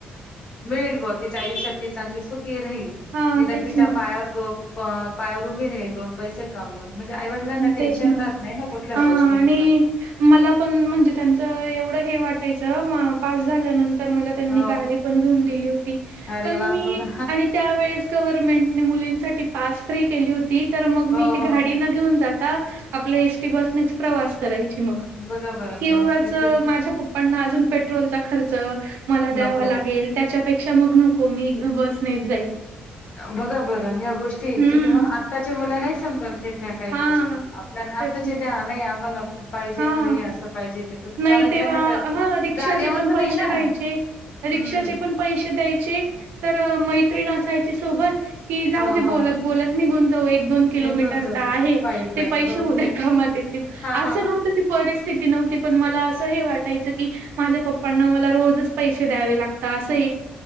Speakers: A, on the left (about 40°); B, on the right (about 80°).
A: मिळेल बुआ तिच्या आयुष्यात ती चांगली सुख की राईल
B: हां.
A: निदान
B: तेच
A: तीच्या
B: ना.
A: पायावर दोन अ पायावर उभी राहिल दोन पैसे कमवून म्हणजे आईवडिलांना टेन्शन
B: तेच ना
A: राहत नाही कुठल्या
B: आ
A: गोष्टींच
B: आणि मला पण म्हणजे त्यांचं एवढं हे वाटायचं म पास झाल्यानंतर तर मला त्यांनी
A: हो
B: गाडी पण घेऊन दिली होती.
A: अरे
B: पण
A: वा
B: मी
A: बघा
B: आणि त्यावेळेस गव्हर्मेंटन मुलींसाठी पाच फ्री केली होती तर मग
A: हो
B: मी ती
A: हो
B: गाडी ना जाता आपल एसटी बस प्रवास करायची मग
A: बघा बरं
B: किंवाच
A: मग ठीक आहे
B: माझ्या पप्पांना अजून पेट्रोलचा खर्च मला द्याव
A: नको
B: लागेल त्याच्यापेक्षा मग नको मी बस नेच जाईल.
A: बघा बरं ह्या गोष्टी
B: हं.
A: किती मग आत्ताच्या मुलं नाही समजून घेत ह्यात काही
B: हां,
A: गोष्टी आपल्याना आताचा
B: तेच ना.
A: नाय मला पाहिजे
B: हां.
A: एवढं हे असं पाहिजे ते तसं
B: नाही
A: कारण
B: तेव्हा
A: त्यांना त्या
B: ह रिक्षाचे
A: जाणीवच
B: पण पैसे
A: नाही ना
B: राहायचे रिक्षाचे
A: हम्म
B: पण पैसे द्यायचे तर अ मैत्रीण असाय सोबत कि जाऊ
A: हो
B: ते
A: हो
B: बोलत बोलत निघून जाऊ एक दोन किलोमीटर
A: निघून तो
B: तर आहे
A: पायी पायी
B: ते पैसे हो उद्या कामात येतील
A: हा
B: असं
A: हा हा
B: नव्हतं की परिस्थिती नव्हती पण मला असं हे वाटायचं की माझ्या पप्पांना मला रोजच पैसे द्यावे लागतात असं ही